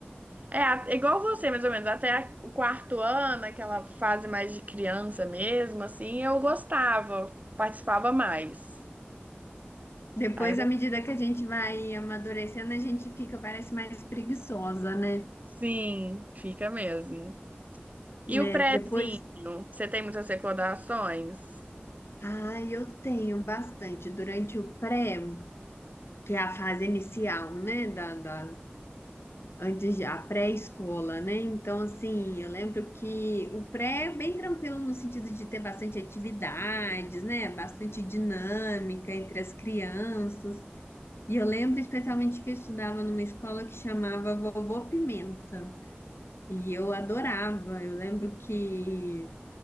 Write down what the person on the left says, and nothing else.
Depois,
à medida que a gente vai amadurecendo, a gente fica, parece mais preguiçosa, né?
Né,
depois.
Ah, eu tenho bastante durante o pré, que é a fase inicial, né? Da, da, Antes, de- a pré-escola, né? Então, assim, eu lembro que o pré é bem tranquilo no sentido de ter bastante atividades, né? Bastante dinâmica entre as crianças. E eu lembro especialmente que eu estudava numa escola que chamava Vovô Pimenta. E eu adorava. Eu lembro que